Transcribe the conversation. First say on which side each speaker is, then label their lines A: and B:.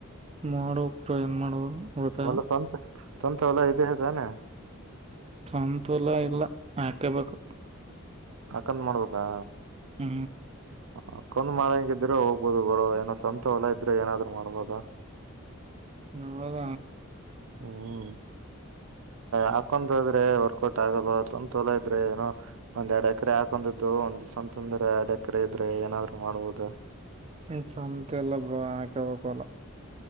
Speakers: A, on the right; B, on the right.
A: ಮಾಡಬೇಕ್ರ ಏನ್ ಮಾಡೋದು ಇವತ್ತ
B: ಒಂದ್ ಸ್ವಂತ್ ಸ್ವಂತ ಹೊಲ ಇದೇಇದೆನಾ
A: ಸ್ವಂತ ಹೊಲ ಇಲ್ಲ ಆಕೆಬೇಕು
B: ಹಾಕಂತ ಮಾಡ್ಬೇಕಾ
A: ಹಾ
B: ಹಕ್ಕೊಂಡ್ ಮಾರಂಗಿದ್ರೆ ಹೋಗ್ಬೋದು ಬ್ರೋ ಏನೋ ಸ್ವಂತ ಹೊಲ ಇದ್ರೆ ಏನಾದ್ರು ಮಾಡ್ಬೋದ.
A: ನವದ
B: ಹ್ಮ್ ಹಾಕೊಂಡದ್ರೆ ವರ್ಕೌಟ್ ಆಗಲ್ಲ ಸವಂತೋಲ ಇದ್ರೆ ಏನೋ ಒಂದ್ ಎರಡ್ ಎಕರೆ ಹಾಕೊಂಡ್ದು ಒಂದು ಸ್ವಂತ ತಂದ್ರೆ ಎರಡ್ ಎಕರೆ ಇದ್ರೆ ಏನಾದ್ರು ಮಾಡ್ಬಹುದು.
A: ಇಫ ಅಂತ ಎಲ್ಲ ಬ್ರೋ ಆಕಬೇಕ ಹೊಲ